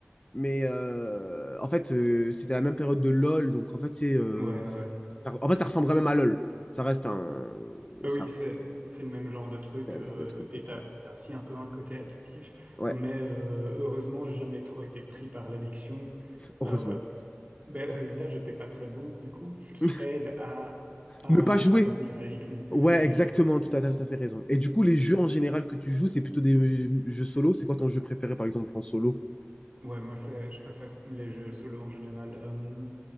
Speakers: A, on the left; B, on the right.
A: Mais euh, en fait, euh, c'était la même période de LoL. Donc, en fait, c'est... euh,
B: ouais, ouais. ouais.
A: ça- En fait, ça ressemblait même à LoL. Ça reste un...
B: Bah
A: Ça...
B: oui, c'est c'est le même genre de truc
A: C'est un
B: euh,
A: genre de truc.
B: et
A: Donc,
B: t'as
A: euh,
B: t'as aussi un peu un côté addictif,
A: Ouais,
B: mais euh, heureusement, j'ai jamais trop été pris par l'addiction.
A: heureusement.
B: Euh, ben, résultat, j'étais pas très bon du coup, ce qui
A: <laughs>
B: aide à pas
A: Ne pas jouer.
B: pas devenir addict non plus
A: Ouais,
B: et
A: exactement,
B: ouais.
A: tu as,
B: Du
A: tout
B: coup,
A: à fait raison. Et du coup, les jeux en général que tu joues, c'est plutôt des jeux, jeux solo. C'est quoi ton jeu préféré, par exemple, en solo?
B: ouais, moi c'est je préfère les jeux solo en général. Euh,